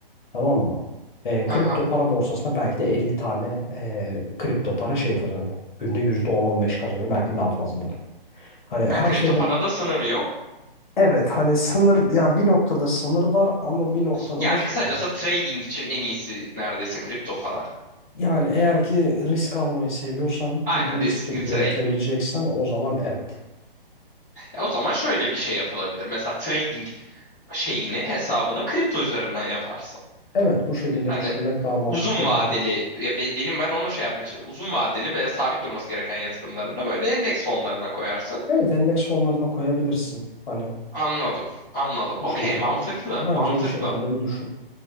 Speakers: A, on the left (about 55°); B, in the centre.
A: Tamam mı? Ee,
B: hı
A: kripto
B: hı.
A: para borsasına belki de 50 tane ee, kripto para şey kazanıyor. Günde yüzde on on beş kazanıyor. Belki daha fazlaları. Hani
B: Ha,
A: her
B: kripto
A: şeyden
B: parada sınır yok.
A: evet hani sınır ya bir noktada sınır var ama bir noktada
B: Yani
A: da şey
B: kısacası
A: yok.
B: trading için en iyisi neredeyse kripto para.
A: yani eğer ki risk almayı seviyorsan
B: Aynen
A: bu
B: riskli
A: riskini
B: trade.
A: yönetebileceksen o zaman evet.
B: Ya o zaman şöyle bir şey yapılabilir. Mesela trading şeyini hesabını kripto üzerinden yaparsın.
A: Evet bu şekilde
B: Hani
A: düşünmek daha mantıklı
B: uzun
A: olabilir.
B: vadeli ya be- benim ben onu şey yapmaya çalışıyorum. Uzun vadeli ve sabit durması gereken yatırımlarını da böyle endeks fonlarına koyarsın.
A: Evet endeks fonlarına koyabilirsin. Hani
B: Anladım. Anladım.
A: bu
B: Okey
A: şekilde
B: mantıklı.
A: düşün. Bence
B: Mantıklı.
A: bu şekilde bir düşün.